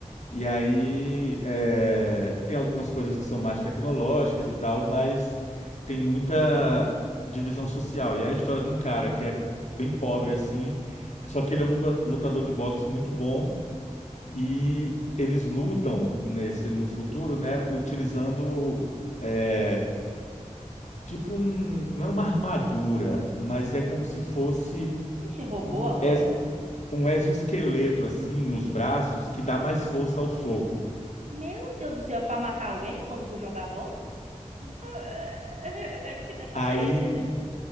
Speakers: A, on the left (about 65°); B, on the right (about 70°).
A: E aí é, tem algumas coisas que são mais tecnológicas e tal, mas tem muita divisão social. E é a história de um cara que é bem pobre assim, só que ele é um luta- lutador de boxe muito bom e eles lutam nesse no futuro, né, utilizando é, tipo um, não é uma armadura, mas é como se fosse
B: Ixi, robô
A: um,
B: agora?
A: exo- um exoesqueleto assim nos braços que dá
B: Hum.
A: mais força ao soco.
B: Meu Deus do céu, é pra matar alguém quando for jogar bola? <laughs> É, é, é, Que negócio
A: Aí
B: é esse?